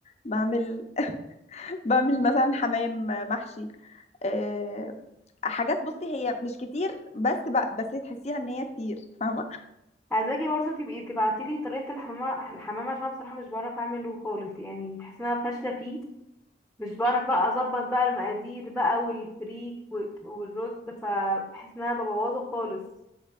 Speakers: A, on the left; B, in the centre.
A: بعمل <laughs> بعمل مثلا حمام محشي آه، حاجات بُصّي هي مش كتير بس ب بس تحسّيها إن هي كتير، فاهمة؟
B: عايزاكي برضه تبقي تبعتيلي طريقة الحمام الحمام عشان بصراحة مش بعرف اعمله خالص يعني بحس ان انا فاشلة فيه مش بعرف بقى اظبط بقى المقادير بقى والفريك و- والرز فبحس ان انا ببوظه خالص